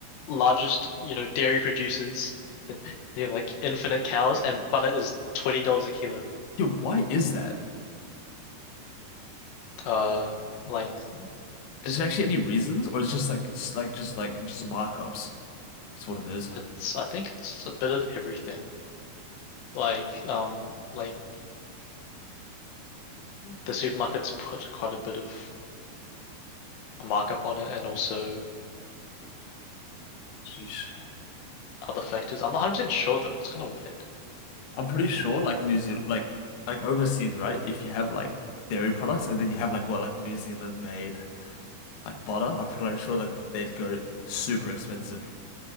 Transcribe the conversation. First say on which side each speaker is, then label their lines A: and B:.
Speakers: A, on the left (about 85°); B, on the left (about 75°).
A: largest, you know, dairy producers <laughs> and you know like infinite cows and butter is twenty dollars a kilo.
B: Yo, why is that?
A: Uh, like
B: Is
A: it's,
B: there actually any reasons, or it's just like it's like just like just markups? That's what it is.
A: it's I think it's a bit of everything. Like um, like the supermarkets put quite a bit of a markup on it, and also
B: Sheesh.
A: other factors. I'm not 100% sure though. It's kind of weird.
B: I'm pretty sure like New Zealand like like overseas, right? If you have like dairy products and then you have like what like New Zealand made like butter, I'm pretty sure like they'd go super expensive.